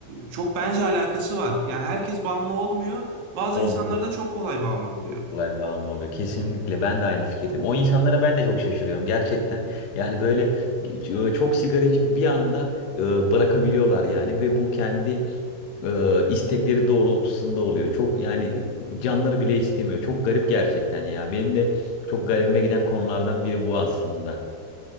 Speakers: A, on the right; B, on the left.
A: çok bence alakası var. Yani herkes bağımlı olmuyor. Bazı
B: bol
A: insanlar da çok kolay bağımlı oluyor.
B: kolay bağımlı oluyor. Kesinlikle ben de aynı fikirdim. O insanlara ben de çok şaşırıyorum gerçekten. Yani böyle e, çok sigara içip bir anda e, bırakabiliyorlar yani ve bu kendi e, istekleri doğrultusunda oluyor. Çok yani canları bile istemiyor. Çok garip gerçekten ya. Benim de çok garibime giden konulardan biri bu aslında.